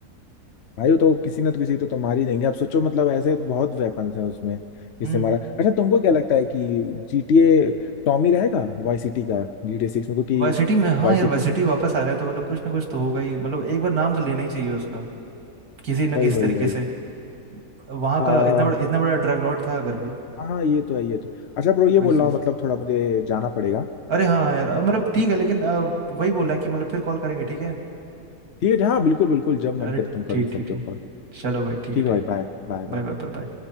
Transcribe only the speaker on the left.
भाई वो तो किसी ना तो किसी तो, तो मार ही देंगे आप सोचो मतलब ऐसे बहुत वेपन्स है उसमें इससे
मारा अच्छा तुमको क्या लगता है कि जीटीए टॉमी रहेगा वाई सिटी का जीटीए सिक्स में क्योंकि
वाई
सिटी
वही
वही
वही
आ, हाँ
हाँ, ये तो है ये तो अच्छा ब्रो ये
बोल
रहा हूँ मतलब थोड़ा मुझे जाना पड़ेगा
ठीक है हाँ बिल्कुल बिल्कुल जब मन
करे तुम
कर सकते
हो कॉल
ठीक
है भाई
बाय बाय बाय